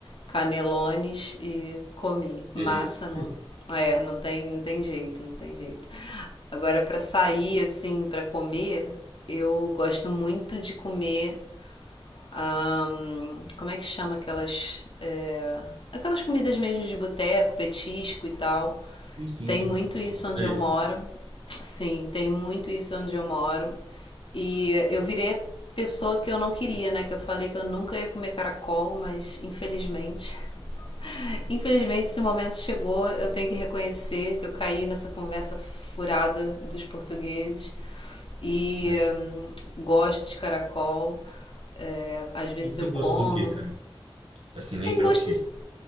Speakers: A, on the left; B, on the right.
A: canelones e comi. Massa,
B: Delícia.
A: né? É, não tem, não tem jeito, não tem jeito. Agora, para sair, assim, para comer, eu gosto muito de comer Ahn, como é que chama aquelas. é, aquelas comidas mesmo de boteco, petisco e tal.
B: E sim,
A: Tem
B: sim.
A: muito
B: Nossa,
A: isso onde
B: delícia.
A: eu moro. Sim, tem muito isso onde eu moro. E eu virei a pessoa que eu não queria, né? Que eu falei que eu nunca ia comer caracol, mas infelizmente <laughs> Infelizmente, esse momento chegou. Eu tenho que reconhecer que eu caí nessa conversa furada dos portugueses. E
B: Mas,
A: hum, gosto de caracol. É, às vezes
B: e tem
A: eu como.
B: gosto do quê, cara? Assim, lembra
A: Tem gosto
B: o quê?
A: de